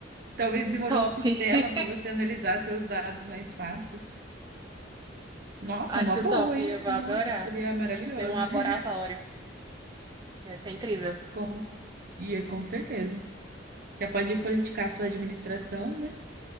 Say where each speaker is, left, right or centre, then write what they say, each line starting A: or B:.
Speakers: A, on the right; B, on the right.
A: Talvez desenvolver
B: Top,
A: um sistema
B: <laughs>
A: para você analisar seus dados mais fácil. Nossa,
B: acho
A: é uma boa,
B: top,
A: hein?
B: eu vou
A: Nossa,
B: adorar
A: seria maravilhoso.
B: ter um laboratório,
A: <laughs>
B: ia ser incrível.
A: Com... Ia, com certeza. Já pode politicar sua administração, né?